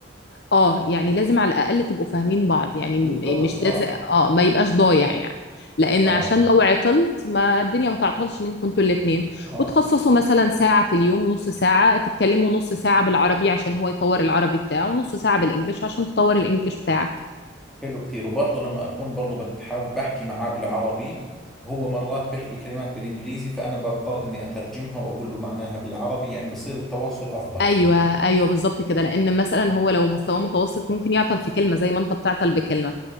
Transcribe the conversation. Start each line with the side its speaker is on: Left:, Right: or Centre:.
Left: اه يعني لازم على الاقل تبقوا فاهمين بعض يعني
Centre: بالضبط
Left: م- مش
Centre: آه
Left: لازم اه ما يبقاش ضايع يعني لان
Centre: آه
Left: عشان لو عطلت ما الدنيا ما تعطلش منكم انتوا الاتنين
Centre: آه
Left: وتخصصوا مثلا ساعة في اليوم نص ساعة تتكلموا نص ساعة بالعربي عشان هو يطور العربي بتاعه ونص ساعة بالانجليش عشان تطور الانجليش بتاعك
Centre: حلو كثير وبرضه لما أكون برضه بتحاب بحكي معاه بالعربي هو مرات بيحكي كلمات بالإنجليزي فأنا بضطر إني أترجمها وأقول له معناها بالعربي يعني بصير التواصل أفضل
Left: ايوه
Centre: كمان
Left: ايوه بالظبط كده لان مثلا هو لو مستواه متوسط ممكن يعطل في كلمة زي ما انت بتعطل بكلمة